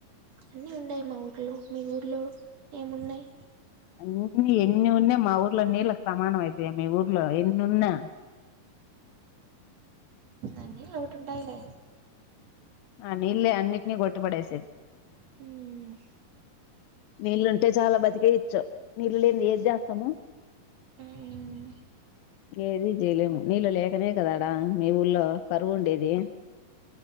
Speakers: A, on the right; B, on the left.
A: అన్నీ ఉండాయ్ మా ఊర్లో మీ ఊర్లో ఏమున్నయ్
B: అన్ని ఎన్ని ఉన్నా మా ఊర్లో నీళ్ళకి సమానం అయితయా మీ ఊర్లో ఎన్ని ఉన్నా
A: అన్ని లోటుంటాయిలే
B: ఆ నీళ్లే అన్నింటినీ కొట్టి పడేసేది
A: హ్మ్
B: నీళ్ళుంటే చాలా బతికేయొచ్చు నీళ్లు లేని ఏది జేస్తము
A: మ్మ్
B: ఏది జేలేము నీళ్ళు లేకనే కదా ఆడ మీ ఊళ్లో కరువు ఉండేది